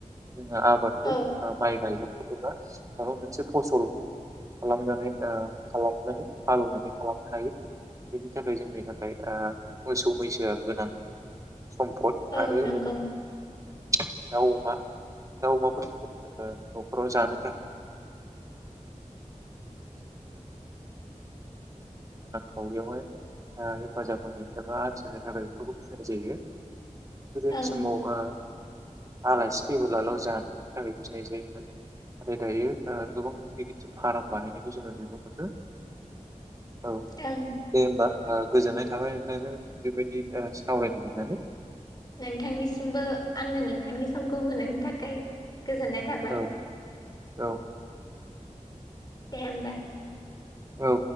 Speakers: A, on the right; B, on the left.
A: <unintelligible> आबादखौ
B: औ
A: माइ गायो <unintelligible> मोनसे फसल खालामनानै आ खालामनानै हालेवनानै खालामनो हायो बेनि थाखाय जोंनि थाखाय ओ मोसौ मैसोआ गोनां सम्फद
B: औ
A: आरो
B: नंगौ
A: <unintelligible> दाउ, अमा, दाउ अमाफोरखौ ओ न'खराव जानो फावरियावहाय हेफाजाब होनो एबा आरजि होनो थाखाय बेखौबो <unintelligible> जायो गोदोनि
B: ओं
A: समाव ओ आलासि फैबोलाल' जानोनि थाखाय फिनाय जायोमोन नाथाय दायो ओ गोबां गिदिर गिदिर फार्म बानायनायखौ जोङो नुनो मोनो। औ
B: ओं।
A: दे होमबा। ओ गोजोननाय थाबाय नोंथांजों बेबायदि सावरायनो मोननानै।
B: नोंथांनिसिमबो आंनो नोंथांनि समखौ होनायनि थाखाय गोजोननाय थाबाय।
A: औ औ
B: दे होमबा?
A: औ।